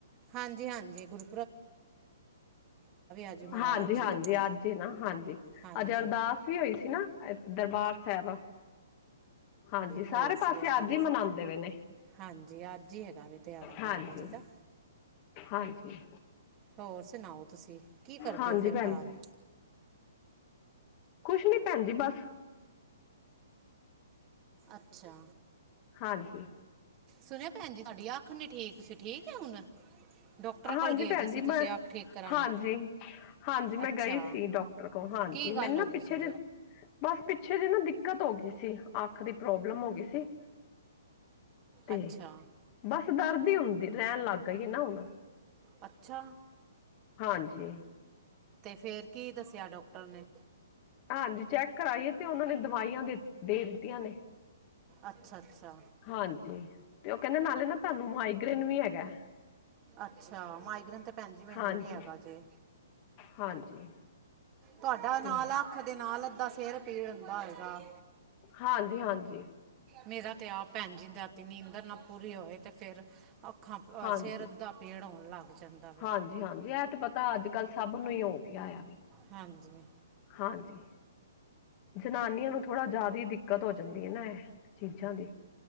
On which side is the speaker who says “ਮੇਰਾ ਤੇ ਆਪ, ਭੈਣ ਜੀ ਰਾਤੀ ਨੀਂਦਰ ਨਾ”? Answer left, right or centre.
Right